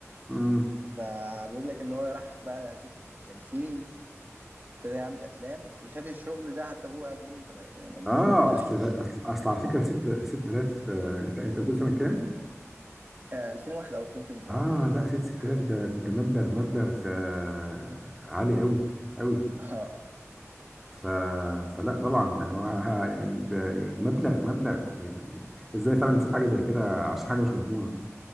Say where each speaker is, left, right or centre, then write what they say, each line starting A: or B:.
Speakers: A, in the centre; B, on the right.
A: امم
B: فبيقول لك ان هو راح بقى سكة التمثيل ابتدى يعمل افلام وساب الشغل ده حتى ابوه قعد يقول له انت بقى- يعني مجنون
A: اه
B: انت <laughs>
A: اصل لا اصل اصل على فكره 6 6000 آه، انت انت بتقول سنه كام
B: آه، 2001 او 2002
A: اه
B: اه
A: لا 6 6000
B: فاكر حاجه كده
A: ده ده مبلغ مبلغ آه عالي قوي قوي
B: اه
A: ف... فلا طبعا يعني هو ه- يعني انت مبلغ مبلغ يعني ازاي فعلا نسيب حاجه زي كده عشان حاجه مش مضمونه